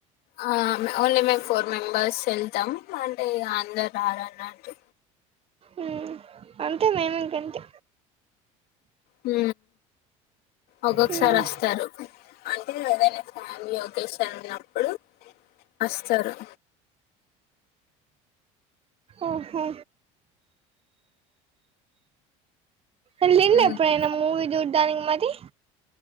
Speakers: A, on the left; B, on the right.
A: ఆ ఓన్లీ మేము ఫోర్ మెంబర్స్ వెళ్తాం. అంటే అందరు రారన్నట్టు.
B: ఉ అంతే మేమింకంతే
A: హు ఒక్కొక్కసారి
B: హ్మ్
A: ఒస్తరు. అంటే ఏదనా ఫ్యామిలీ అకేషన్ ఉన్నప్పుడు వస్తారు
B: ఓహో ఎలిండ
A: ఉమ్
B: ఎప్పుడైనా మూవీ చూడ్డానికి మరి